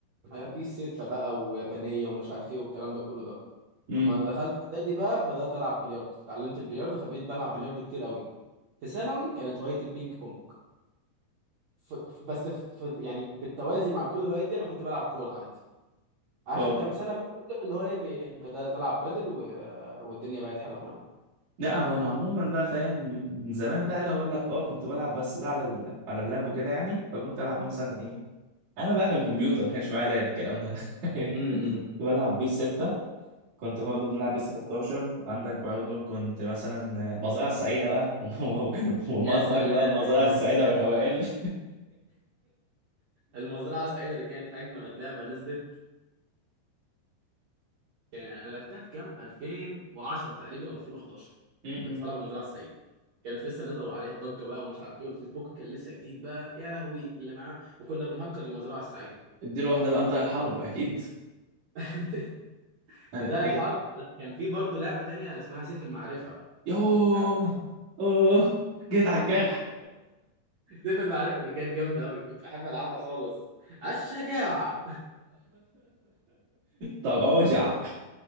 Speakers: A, on the right; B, on the right.
A: آه، بيس 6 بقى ويابانيه ومش عارف ايه والكلام ده كله ده
B: م.
A: اما دخلت اعدادي بقى بدات العب بلياردو اتعلمت البلياردو فبقيت بلعب بلياردو كتير قوي في ثانوي كانت هوايه البينج بونج ف... ف- بس ف... ف... يعني بالتوازي مع كل الهوايات دي انا كنت بلعب كوره عادي اخر
B: اه
A: كام سنه بقى دول اللي هو ايه بي- بدات العب بادل و... والدنيا بقت حلوه معايا
B: لا هو انا عموما بقى فاهم من زمان بقى لو اقول لك اه كنت بلعب بس ده على ال... على اللاب وكده يعني فكنت العب مثلا ايه انا بقى كان كمبيوتر ما كانش معايا لاب الكلام ده <laughs>
A: امم
B: كنت بلعب بيس 6 كنت برضه بنلعب بيس 13 عندك برضه كنت مثلا المزرعة السعيدة بقى <laughs> وما
A: يا
B: أدراك
A: سلام
B: بقى المزرعة السعيدة والروائل
A: المزرعه السعيده دي كانت اجمد لعبه نزلت كان- انا لعبتها في كام في 2010 تقريبا او 2011
B: <laughs> م-م.
A: كنت بلعب المزرعه السعيده كانت لسه نازله وعليها الضجه بقى ومش عارف ايه والفيسبوك كان لسه جديد بقى يا لهوي اللي معاه وكنا بنهكر المزرعه السعيده
B: اديله واحدة بقى نضاع الحرب أكيد
A: <laughs>
B: أنا
A: نداء
B: أنا
A: الحرب
B: جا...
A: لا كان في برضه لعبه تانية اسمها سيف المعرفه
B: يوه
A: مش عارف
B: أوه جيت على الجرح
A: سيف المعرفة اللي كانت جامدة أوي كنت بحب ألعبها خالص على الشجاعة
B: <laughs> تراجع